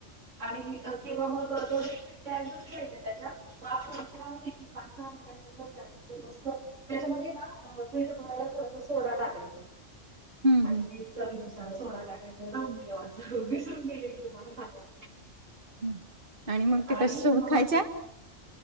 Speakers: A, on the right (about 75°); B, on the right (about 45°).
A: आणि किंवा मग दोन घ्यायच त्याच्या. त खेळा होते की पंध मस्त त्याच्यामध्ये ना पीठ बयला थोडसा सोडा टाकायचा.
B: हम्म
A: आणि
B: हम्म
A: मीठ चवीनुसार सोडा टाकायचं जाून विसरून गेले की तुम्हाला सांगायच.
B: हम्म आणि मग ते
A: आणि
B: कशा सोबत
A: मग.
B: खायच्या?